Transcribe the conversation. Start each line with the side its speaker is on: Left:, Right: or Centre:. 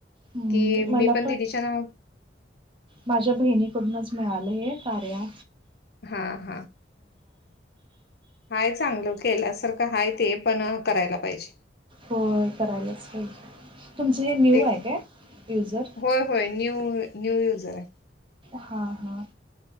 Right: हम्म
Left: की
Right: मला
Left: मी पण दिदीच्या नाव
Right: माझ्या बहिणीकडूनच मिळालं हे कार्या
Left: हा, हा आहे चांगलं केल्यासारखं आहे ते, पण करायला पाहिजे.
Right: होय करायलाच पाहिजे. तुमचं हे न्यू
Left: ते
Right: आहे काय युजर?
Left: होय होय. न्यू-न्यू युजर आहे.
Right: हा, हा.